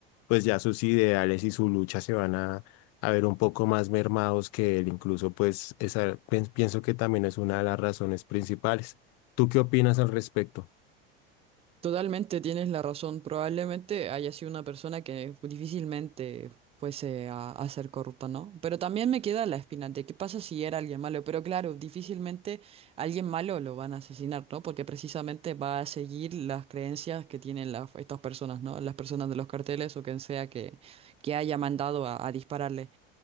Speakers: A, on the left; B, on the right.
A: pues ya sus ideales y su lucha se van a, a ver un poco más mermados que él, incluso, pues esa, pen- pienso que también es una de las razones principales. ¿Tú qué opinas al respecto?
B: Totalmente tienes la razón. Probablemente haya sido una persona que difícilmente fuese a, a ser corrupta, ¿no? Pero también me queda la espina de qué pasa si era alguien malo. Pero claro, difícilmente alguien malo lo van a asesinar, ¿no? Porque precisamente va a seguir las creencias que tienen las, estas personas, ¿no? Las personas de los carteles o quien sea que, que haya mandado a, a dispararle.